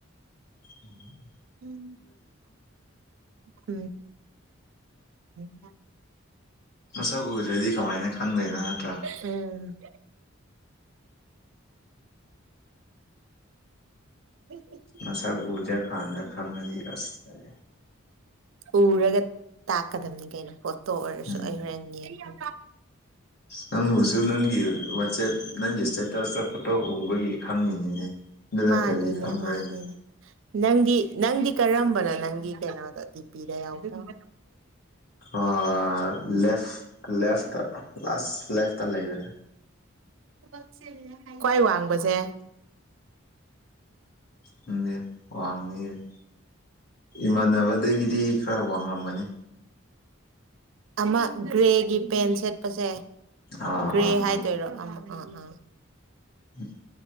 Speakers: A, on the left; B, on the right.
A: ꯎꯝ
B: ꯎꯝ ꯎꯝ <unintelligible>
A: ꯃꯁꯛ ꯎꯗ꯭ꯔꯗꯤ ꯀꯃꯥꯏꯅ ꯈꯪꯗꯣꯏꯅꯣ ꯅꯠꯇ꯭ꯔ
B: ꯎꯝ <unintelligible>
A: ꯃꯁꯥꯛ ꯎꯗꯔ ꯀꯥꯟꯗ ꯈꯪꯉꯗꯤ ꯑꯁ <unintelligible>
B: ꯎꯔꯒ ꯇꯥꯛꯀꯗꯕꯅꯤ ꯀꯩꯅꯣ ꯐꯣꯇꯣ ꯑꯣꯏꯔꯁꯨ
A: ꯎꯝ
B: ꯑꯩ ꯍꯣꯔꯦꯟ ꯌꯦꯡꯒꯦ
A: ꯅꯪꯕꯨꯁꯨ ꯅꯪꯒꯤ ꯋꯥꯆꯦꯞ ꯅꯪꯒꯤ ꯏꯁꯇꯦꯇꯁꯇꫭ ꯐꯣꯇꯣ ꯎꯕꯒꯤ ꯈꯪꯉꯤꯅꯤꯅꯦ ꯑꯗꯨ ꯇꯥꯠꯇꯔꯗꯤ
B: ꯃꯥꯅꯤꯅꯦ
A: ꯈꯪꯉꯔꫭꯏ
B: ꯃꯥꯅꯤꯅꯦ ꯅꯪꯗꯤ ꯅꯪꯗꯤ ꯀꯔꯝꯕꯅꯣ ꯅꯪꯒꯤ ꯀꯩꯅꯣꯗꯣ ꯗꯤ ꯄꯤꯗ ꯌꯥꯎꯒꯨꯝ
A: ꯑꯥ ꯂꯦꯐ ꯂꯦꯐꯇ ꯂꯥꯁ ꯂꯦꯐꯇ ꯂꯩꯕꯗꫭ
B: <unintelligible> ꯈ꯭ꯋꯥꯏ ꯋꯥꯡꯕꯁꯦ
A: ꯈꯪꯗꯦ ꯋꯥꯡꯉꯝꯒꯅꯤ ꯏꯃꯥꯟꯅꯕꯗꯒꯤꯗꯤ ꯈꯔ ꯋꯥꯡꯉꯝꯒꯅꯤ
B: ꯑꯃ ꯒ꯭ꯔꯦꯒꯤ ꯄꯦꯟ ꯁꯦꯠꯄꯁꯦ
A: ꯑꯥ
B: ꯒ꯭ꯔꯦ
A: ꯑꯥ
B: ꯍꯥꯏꯗꯣꯏꯔꯣ ꯑꯃ ꯑ ꯑꯥ
A: ꯎꯝ